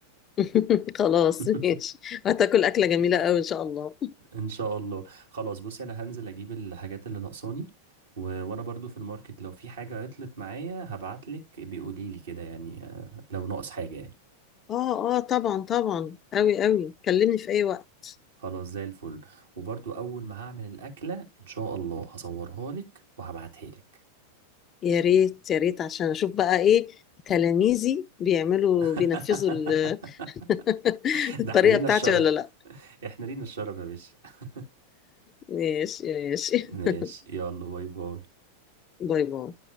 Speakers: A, on the left (about 25°); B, on the right (about 65°).
A: <laughs> خلاص
B: <laughs>
A: ماشي هتاكل أكلة جميلة قوي إن شاء الله
B: ان شاء الله خلاص بصي انا هنزل اجيب الحاجات اللي ناقصاني و... وانا برضو في الماركت لو في حاجه عطلت معايا هبعتلك بيقولي لي كده يعني آه، لو ناقص حاجه يعني
A: اه اه طبعا طبعا قوي قوي كلمني في أي وقت
B: خلاص زي الفل وبرضو اول ما هعمل الاكله ان شاء الله هصورها لك وهبعتها لك
A: يا ريت يا ريت عشان أشوف بقى إيه تلاميذي بيعملوا
B: <laughs>
A: بينفذوا ال- <laughs>
B: ده
A: الطريقة
B: احنا لينا
A: بتاعتي
B: الشرف
A: ولا لا
B: احنا لينا الشرف يا باشا <laughs>
A: ماشي ماشي
B: ماشي
A: <laughs>
B: يلا باي باي
A: باي باي